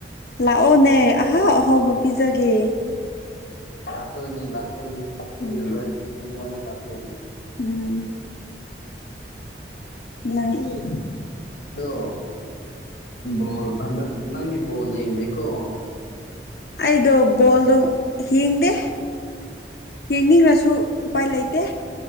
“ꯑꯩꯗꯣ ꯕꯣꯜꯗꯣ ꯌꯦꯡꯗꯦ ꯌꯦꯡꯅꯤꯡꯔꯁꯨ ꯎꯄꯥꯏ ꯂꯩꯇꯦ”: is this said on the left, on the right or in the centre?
Left